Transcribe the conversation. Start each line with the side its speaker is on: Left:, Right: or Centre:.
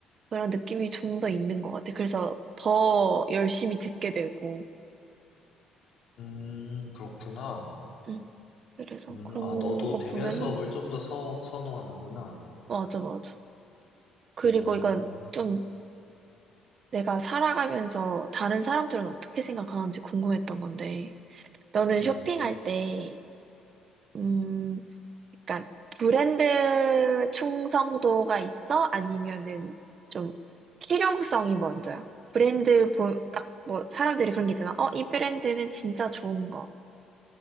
Right: 그런 느낌이 좀 더 있는 것 같아. 그래서 더 열심히 듣게 되고,
Left: 음, 그렇구나.
Right: 음. 그래서
Left: 음,
Right: 그런
Left: 아, 너도
Right: 거
Left: 대면
Right: 보면은
Left: 수업을 좀 더 선호하는구나.
Right: 맞아, 맞아. 그리고
Left: 오.
Right: 이건 좀 내가 살아가면서 다른 사람들은 어떻게 생각하는지 궁금했던 건데, 너는
Left: 음,
Right: 쇼핑할 때, 음, 약간 브랜드 충성도가 있어? 아니면은 좀 실용성이 먼저야? 브랜드 보, 딱 뭐, 사람들이 그런 게 있잖아. 어, 이 브랜드는 진짜 좋은 거.